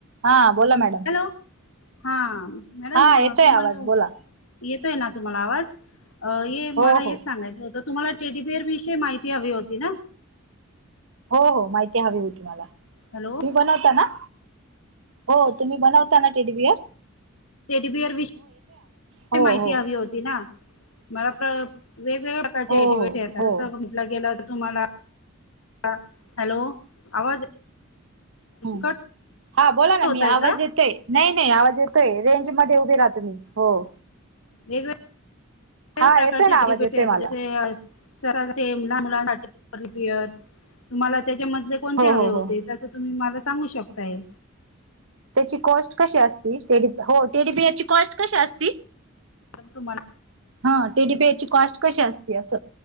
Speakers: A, on the right; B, on the left.
A: हा बोला madam.
B: Hello हा मॅडम
A: हा येतोय
B: तुम्हाला
A: आवाज बोला.
B: येतोय ना तुम्हाला आवाज. अ हे
A: हो
B: मला हेच
A: हो
B: सांगायच होत. तुम्हाला टेडीबिअर विषयी माहिती हवी होती ना.
A: हो हो माहिती हवी होती मला.
B: हॅलो
A: तुम्ही बनवता ना. हो तुम्ही बनवताना टेडीबीअर.
B: रेडीबिअर विषयी
A: हो
B: माहिती
A: हो
B: हवी होती ना. मला प्र. वेगवेगळया प्रकारचे
A: हो
B: टेडीबिअर
A: हो
B: येतात
A: हो
B: जस म्हटलं गेल. तुम्हाला अ हॅलो आवाज.
A: हो
B: कट
A: हा बोला ना
B: होतोय
A: मी आवाज
B: का
A: येतय नाही. नाही आवाज येतोय रेंज. मध्ये उभे राहातो मी हो----..
B: वेगळे.
A: हा
B: प्रकारचे
A: येतोय ना
B: टेडीबिअर
A: आवाज येतोय
B: आहेत
A: मला
B: जसे. सर्वांसाठी लहान मुलांसाठी टेडीबिअरस तुम्हाला. त्याच्या मधले कोणते
A: हो
B: हवे
A: हो
B: होते
A: हो
B: त्याच तुम्ही मला. सांगू शकतय.
A: त्याची कॉस्ट कशी असती? टेडी हो टेडीबिअर ची कॉस्ट कशी असती?
B: मग तुम्हाला.
A: हा टेडी बिअर ची कॉस्ट कशी असते? अस.